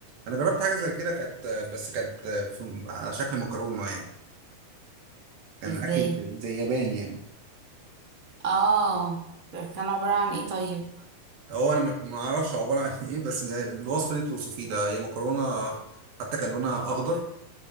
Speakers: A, on the right; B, on the right.
A: انا جربت حاجه زي كده كانت بس كانت في... على شكل مكرونه يعني كان
B: ازاي
A: اكل زي ياباني يعني
B: اه ده كان عبارة عن ايه طيب
A: هو انا ما ما اعرفش عباره عن <laughs> ايه بس زي الوصف اللي انت بتوصفيه ده هي مكرونه حتى كان لونها اخضر